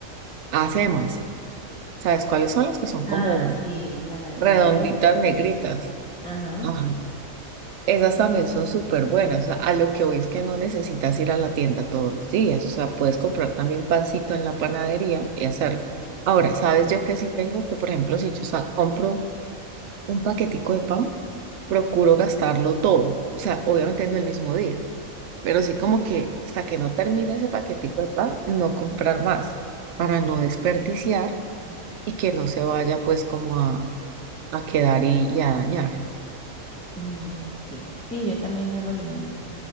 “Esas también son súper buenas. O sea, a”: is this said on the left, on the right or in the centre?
Right